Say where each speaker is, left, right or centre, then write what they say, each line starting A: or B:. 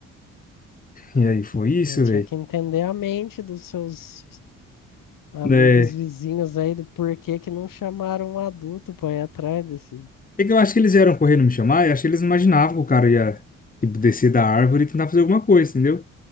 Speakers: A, on the left; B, on the left.
A: E aí foi isso,
B: Mas tinha
A: velho.
B: que entender a mente dos seus amigos
A: É,
B: vizinhos aí do porquê que não chamaram um adulto pra ir atrás desse.
A: é que eu acho que eles vieram correndo me chamar, e acho que eles não imaginavam que o cara ia, tipo, descer da árvore e tentar fazer alguma coisa, entendeu?